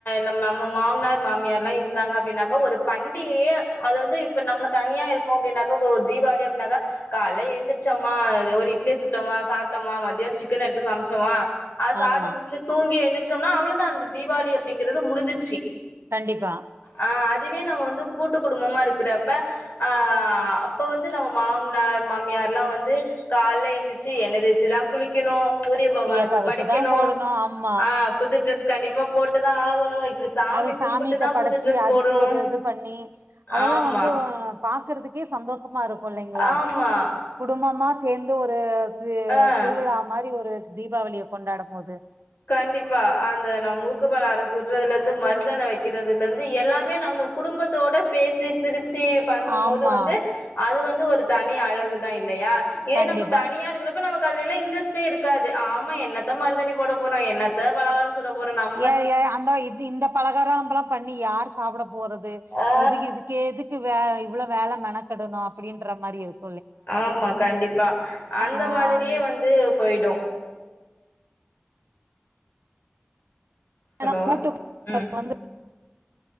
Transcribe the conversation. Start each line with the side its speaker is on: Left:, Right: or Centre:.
Left: நம்ம மொ மாம்னார் மாமியார்லா இருந்தாங்க அப்டினாக்கா ஒரு பண்டிகையே அது வந்து இப்ப நம்ம தனியா இருக் கோ அப்டினாக்கா போ ஒ தீபாளி அப்டினாக்கா கால எந்திரச்சம்மா ஒரு இட் இட்லிய சுட்டமா சாப்ட்டமா மத்யான சிக்கன் எடுத்து சமச்சமா அத சாப்ட்டு
Right: ஆமா
Left: முடிச்சுட்டு தூங்கி எந்திரிச்சோம்னா அவளதா அந்த தீபாளி அப்டிங்கிறது முடிஞ்சிருச்சு
Right: கண்டிப்பா
Left: ஆ அதுவே நம்ம வந்து கூட்டு குடும்பமா இருக்கிறப்ப ஆ அப்ப வந்து நம்ம மாமனார் மாமியார்லா வந்து கால் லே எந்துருச்சு என்ன தேச்சுதா குளிக்கணு சூரிய பகவானுக்கு
Right: சீயக்கா வச்சுதா
Left: படைக்கணு
Right: போடணு ஆமா
Left: ஆ புது ட்ரெஸ் கண்டிப்பா போட்டு தா ஆகணு இப்டி சாமி
Right: அது சாமிட்ட
Left: கும்பிட்டுதா
Right: படச்சு
Left: புது ட்ரெஸ்
Right: அதுக்கு
Left: போடணு
Right: ஒரு இது பண்ணி அதெல்லா
Left: ஆமா
Right: வந்து பாக்குறதுக் கே சந்தோஷமா இருக்கு இல்லைங்களா
Left: ஆமா
Right: குடும்பமா சேந்து ஒரு தி
Left: ஆ
Right: திருவிழா மாரி ஒரு தீபாவளிய கொண்டாட மோது
Left: கண்டிப்பா அந்த நா முறுக்கு பலகார சுட்றதுல இருந்து மருதென வெக்கிறதுலருந்து எல்லாமே நானு குடும்பத்தோட பேசி சிரிச்சு பண்ணுமோது
Right: ஆமா
Left: வந்து அது வந்து ஒரு தனி அழகுதா இல்லையா இதே
Right: கண்டிப்பா
Left: நம்ம தனியா இருக்கிறப் ப்ப நமக்கு அதுலேலா இன்ட்ரெஸ்ட்டே இருக்காது ஆமா என்னத்த மறுதாணி போட போறோ என்னத்த பலகார சு சுட போறோ நம்
Right: ஏ ஏ அந்த இது இந்த பலகாரம நம்பெல்லா பண்ணி யார் சாப்புட போறது
Left: ஆ
Right: எதுக்கு இதுக்கு எதுக்கு வே இவ்வள வேல மெனக்கெடணு அப்டின்ற மாரி இருக்
Left: ஆமா கண்டிப்பா அந்த
Right: ஆ
Left: மாதிரியே
Right: இந்
Left: வந்து போயிடு ஹலோ
Right: ஆனா கூட்டு குடும்பத்ல
Left: ம்
Right: வந்து